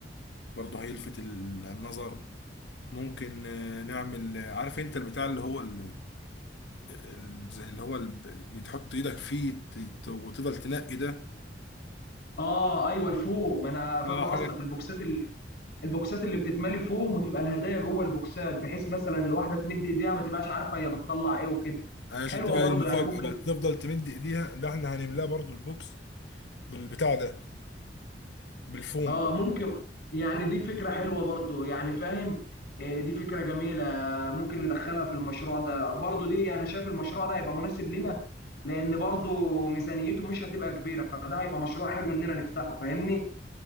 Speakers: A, on the left; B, on the left.
A: برضه هيلفت ال- النظر ممكن آه، نعمل آه، عارف انت البتاع اللي هو ال- آه، ال- زي اللي هو ال- بتحط ايدك فيه ت- ت- وتفضل تنقي ده
B: اه ايوه الفوم انا
A: اه
B: فاهم قصدك
A: حاجه
B: البوكسات اللي البوكسات اللي بتتملي فوم وتبقى الهدايا جوه البوكسات بحيث مثلا الواحده تمد ايديها ما تبقاش عارفه هي بتطلع ايه وكده
A: عشان
B: حلوه
A: تبقى
B: برضو
A: المفاجاه
B: يعني ممكن
A: بقى تفضل تمد ايديها اللي احنا هنملاها برضو البوكس بالبتاع ده بالفوم
B: اه
A: ده
B: ممكن يعني دي فكرة حلوة برضو يعني فاهم إيه، دي فكرة جميلة ممكن ندخلها في المشروع ده برضو دي انا شايف المشروع ده هيبقى مناسب لنا لان برضو ميزانيته مش هتبقى كبيرة فده هيبقى مشروع حلو اننا نفتحه فاهمني